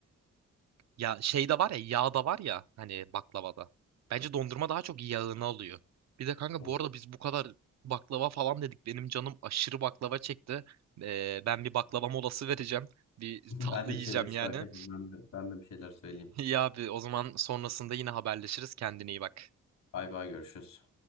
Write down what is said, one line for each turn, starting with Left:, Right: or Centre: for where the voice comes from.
Right: Ya şeyde var ya yağda var ya hani baklavada. Bence dondurma daha çok yağını alıyor. Bir de kanka
Left: O-
Right: bu arada biz bu kadar baklava falan dedik. Benim canım aşırı baklava çekti. Ee, ben bir baklava molası vereceğim. Bir
Left: <laughs>
Right: tatlı
Left: Ben de
Right: yiyeceğim
Left: bir şeyler sipariş
Right: yani.
Left: edeyim. Ben de, ben de bir şeyler söyleyeyim.
Right: <laughs> İyi abi o zaman sonrasında yine haberleşiriz. Kendine iyi bak.
Left: Bay bay görüşürüz.